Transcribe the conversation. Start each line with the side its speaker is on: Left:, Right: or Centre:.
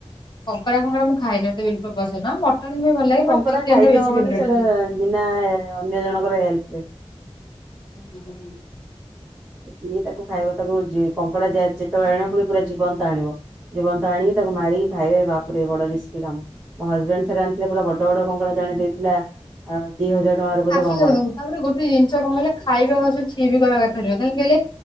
Left: କଙ୍କଡା ଫଙ୍କଡା ମୁଁ ଖାଏନି ମତେ ବିଲକୁଲ ପସନ୍ଦ ନୁହ, ମଟନ୍ ବି ଭଲ
Right: ନାଇଁ
Left: ଲାଗେ
Right: କଙ୍କଡା
Left: ବଟ ଚିକେନ୍
Right: ଖାଇ
Left: ଟା
Right: ତ
Left: ବେଶି
Right: ହବନି
Left: ଫେବ୍ରାଇଟ।
Right: ସେଇଟା ବିନା ଅନ୍ୟ ଜଣଙ୍କର ହେଲ୍ପ ରେ।
Left: <unintelligible>
Right: ସେ କିଏ ତାକୁ ଖାଇବ ତାକୁ କଙ୍କଡ଼ା ଯେତେବେଳେ ଆଣିବ ପୁଣି ପୁରା ଜୀବନ୍ତ ଆଣିବ। ଜୀବନ୍ତ ଆଣିକି ତାକୁ ମାରିକି ଖାଇବେ ବାପରେ ବଡ ରିସ୍କି କାମ। ମୋ ହଜବେଣ୍ଡ ଥରେ ଆଣିଥିଲେ ପୁରା ବଡ ବଡ କଙ୍କଡା ଜଣେ ଦେଇଥିଲା ଦି ହଜାର ଟଙ୍କାରେ ବୋଧେ
Left: ଆସୁ
Right: କଙ୍କଡା।
Left: ତାପରେ ଗୋଟେ ଜିନିଷ କଣ କହଲେ ଖାଇବା <unintelligible> ଛି ବି କହିବା କଥା ନୁହେଁ କହିଁକି କିହିଲେ?